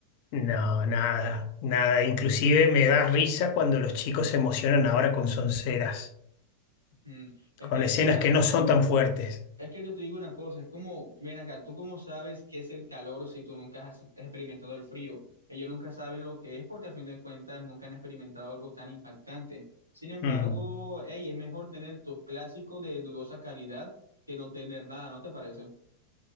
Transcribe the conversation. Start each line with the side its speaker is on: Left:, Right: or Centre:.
Left: no, nada, nada. Inclusive me da risa cuando los chicos se emocionan ahora con sonceras,
Right: Mm, Es
Left: con
Right: que,
Left: escenas
Right: mira,
Left: que no son tan fuertes.
Right: es que yo te digo una cosa, es como, ven acá, ¿tú cómo sabes qué es el calor si tú nunca has experimentado el frío? Ellos nunca saben lo que es porque a fin de cuentas nunca han experimentado algo tan impactante. Sin embargo,
Left: Mm,
Right: hey, es mejor tener tus clásicos de dudosa calidad que no tener nada, ¿no te parece?